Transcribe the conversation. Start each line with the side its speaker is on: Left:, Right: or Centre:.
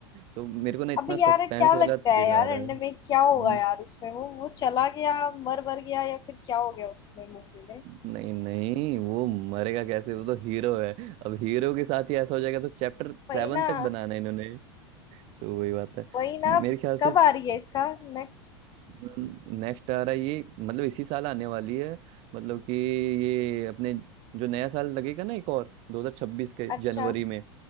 Right: तो मेरे को ना इतना
Left: अब यार
Right: सस्पेंस
Left: क्या
Right: वाला
Left: लगता
Right: थ्रिल
Left: है यार
Right: आ रहा
Left: एंड
Right: है
Left: में क्या
Right: हम्म,
Left: होगा यार उसमें वो वो चला गया मर मर गया या फिर क्या हो गया उसमें मूवी में
Right: नहीं नहीं वो मरेगा कैसे वो तो हीरो है अब हीरो के साथ ही ऐसा हो जाएगा तो चैप्टर
Left: वही
Right: सेवन
Left: ना
Right: तक बनाना है इन्होंने तो वही बात है
Left: वही ना
Right: मेरे ख्याल से
Left: कब आ रही है इसका नेक्स्ट
Right: नेक्स्ट आ रहा है ये मतलब इसी साल आने वाली है मतलब कि ये अपने जो नया साल लगेगा ना एक और 2026 के
Left: अच्छा
Right: जनवरी में